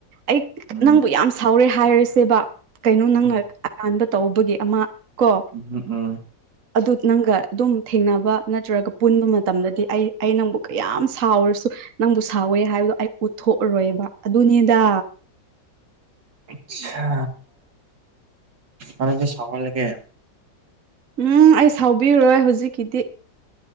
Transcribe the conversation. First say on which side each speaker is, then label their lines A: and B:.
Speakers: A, on the right; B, on the right.
A: ꯑꯩ
B: ꯎꯝ
A: ꯅꯪꯕꯨ ꯌꯥꯝ ꯁꯥꯎꯔꯦ ꯍꯥꯏꯔꯁꯦꯕ ꯀꯩꯅꯣ ꯅꯪꯅ
B: ꯎꯝ
A: ꯑꯔꯥꯟꯕ ꯇꯧꯕꯒꯤ ꯑꯃ ꯀꯣ
B: ꯎꯝ ꯎꯝ
A: ꯑꯗꯨ ꯅꯪꯒ ꯑꯗꯨꯝ ꯊꯦꯡꯅꯕ ꯅꯠꯇ꯭ꯔꯒ ꯄꯨꯟꯕ ꯃꯇꯝꯗꯗꯤ ꯑꯩ ꯑꯩ ꯅꯪꯕꯨ ꯀꯌꯥꯝ ꯁꯥꯎꯔꯁꯨ ꯅꯪꯕꯨ ꯁꯥꯎꯋꯦ ꯍꯥꯏꯕꯗꯣ ꯑꯩ ꯎꯠꯊꯣꯛꯎꯔꯣꯏꯕ ꯑꯗꯨꯅꯤꯗ
B: ꯑꯠꯁꯥ ꯑꯗꯨꯗꯤ ꯁꯥꯎꯍꯜꯀꯦ
A: ꯎꯝ ꯑꯩ ꯁꯥꯎꯕꯤꯔꯔꯣꯏ ꯍꯧꯖꯤꯛꯀꯤꯗꯤ